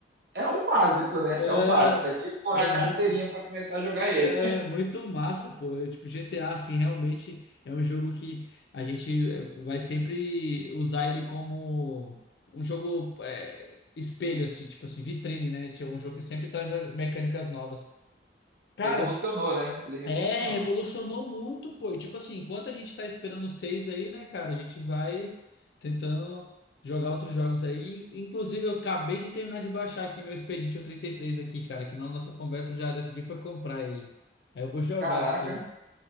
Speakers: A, on the right; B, on the left.
A: É o básico, né?
B: É,
A: É o básico. É tipo
B: é
A: a carteirinha
B: muito
A: para começar a jogar ele.
B: É muito massa, pô. Eu, tipo, GTA, assim, realmente é um jogo que a gente eh, vai sempre usar ele como um jogo eh, espelho, assim, tipo assim, vitrine, né? Tipo, É um jogo que sempre traz eh, mecânicas novas.
A: <laughs>
B: Cara,
A: Revolucionou, né? Ele revolucionou.
B: é, revolucionou muito, pô. E, tipo assim, enquanto a gente tá esperando o 6 aí, né, cara, a gente vai tentando jogar outros jogos aí. Inclusive, eu acabei de terminar de baixar aqui meu Expedition trinta e três aqui, cara, que na nossa conversa eu já decidi foi comprar ele. Aí eu vou jogar
A: Caraca.
B: aqui.